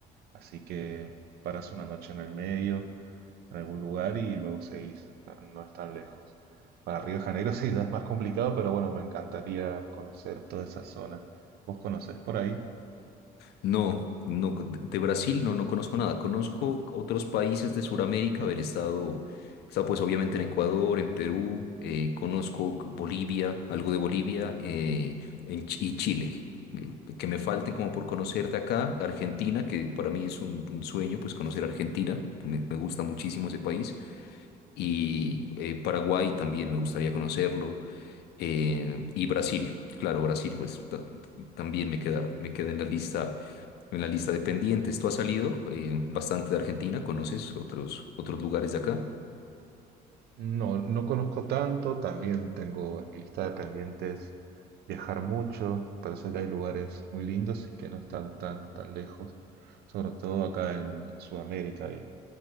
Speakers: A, on the right (about 70°); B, on the left (about 75°).
A: Así que paras una noche en el medio, en algún lugar y luego seguís. No, no es tan lejos. Para Río de Janeiro <laughs> sí ya es más complicado, pero bueno, me encantaría conocer toda esa zona. ¿Vos conocés por ahí?
B: No, no, de de Brasil no, no conozco nada. Conozco otros países de Sudamérica, haber estado, he estado pues obviamente en Ecuador, en Perú, eh, conozco Bolivia, algo de Bolivia, eh, en, Ch- y Chile. Eh, Que me falten como por conocer de acá, Argentina, que para mí es un, un sueño, pues conocer Argentina, me, me gusta muchísimo ese país y eh, Paraguay también me gustaría conocerlo. eh, y Brasil, claro, Brasil, pues ta- también me queda, me queda en la lista, en la lista de pendientes. ¿Tú has salido eh, bastante de Argentina? ¿Conoces otros, otros lugares de acá?
A: No, no conozco tanto, también tengo en mi lista de pendientes viajar mucho, me parece que hay lugares muy lindos y que no están tan, tan lejos, sobre todo acá en Sudamérica hay,